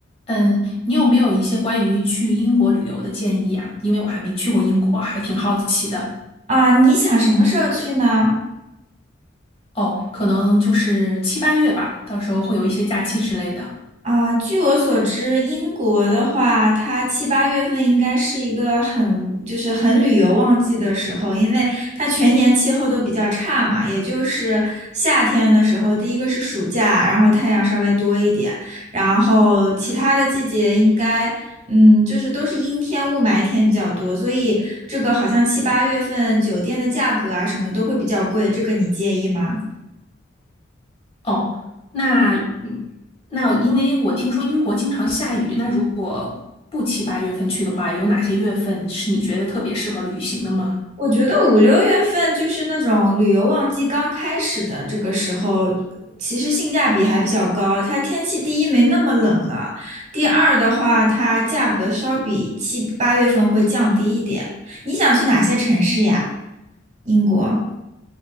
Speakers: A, on the left; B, on the right.
A: 嗯，你有没有一些关于去英国旅游的建议啊？因为我还没去过英国，还挺好奇的。
B: 啊，你想什么时候去呢？
A: 哦，可能就是七八月吧，到时候会有一些假期之类的。
B: 啊，据我所知，英国的话，它七八月份应该是一个很，就是很旅游旺季的时候，因为它全年气候都比较差嘛，也就是夏天的时候，第一个是暑假，然后太阳稍微多一点，然后其他的季节应该，嗯，就是都是阴天、雾霾天比较多，所以这个好像七八月份酒店的价格啊什么都会比较贵，这个你介意吗？
A: 哦，那嗯那因为我听说英国经常下雨，那如果不七八月份去的话，有哪些月份是你觉得特别适合旅行的吗？
B: 我觉得五六月份就是那种旅游旺季刚开始的这个时候，其实性价比还比较高。它天气第一没那么冷了，第二的话，它价格稍比七八月份会降低一点。你想去哪些城市呀？英国？